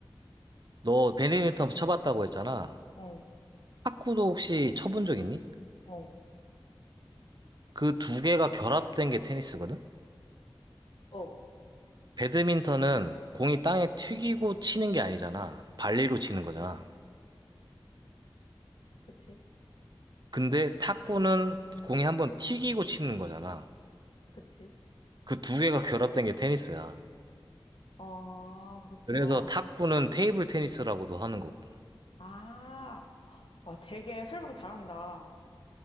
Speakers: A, on the right; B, on the left.
A: 너 배드민턴 쳐봤다고 했잖아.
B: 어,
A: 탁구도 혹시 쳐본 적 있니?
B: 어,
A: 그 두 개가 결합된 게 테니스거든?
B: 어.
A: 배드민턴은 공이 땅에 튀기고 치는 게 아니잖아. 발리로 치는 거잖아.
B: 그치?
A: 근데 탁구는 공이 한번 튀기고 치는 거잖아.
B: 그치?
A: 그 두 개가 결합된 게 테니스야.
B: 아, 그렇구나.
A: 그래서 탁구는 테이블 테니스라고도 하는 거고.
B: 아, 와, 되게 설명 잘한다.